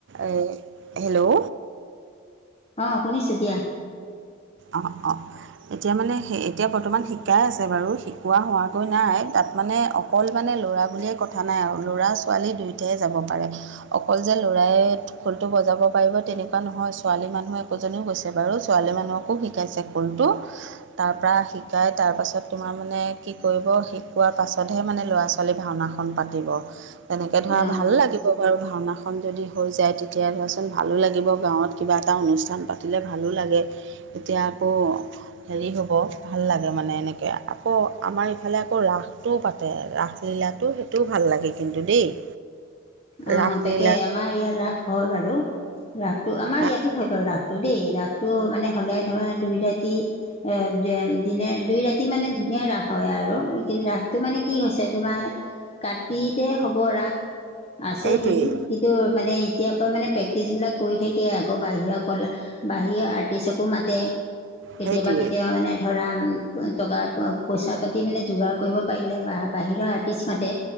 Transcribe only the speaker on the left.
অঁ শুনিছো দিয়া।
অঁ
অঁ
তাকে আমাৰ ইয়াত ৰাস হয় বাৰু ৰাসটো আমাৰ
ইয়াতো হয় বাৰু ৰাস- টো দেই। ৰাসটো মানে হ'লে ধৰা দুই ৰাতি - এ দিনে দুই ৰাতি মানে ধুনীয়া ৰাস হয় আৰু ৰাসটো মানে কি হৈছে তোমাৰ কাটিতে হ'ব ৰাস। আছে
দিন কিন্তু মানে এতিয়াৰ পৰা মানে প্ৰেক্টিবিলাক কৰি থাকে আগৰ বাহিৰা কলা- বাহিৰ আৰ্টিষ্টকো মাতে। কেতিয়াবা
কেতিয়াবা মানে ধৰা টকা পইচা পাতি মানে যোগাৰ কৰিব পাৰিলে বাহিৰৰ আৰ্টিষ্ট মাতে।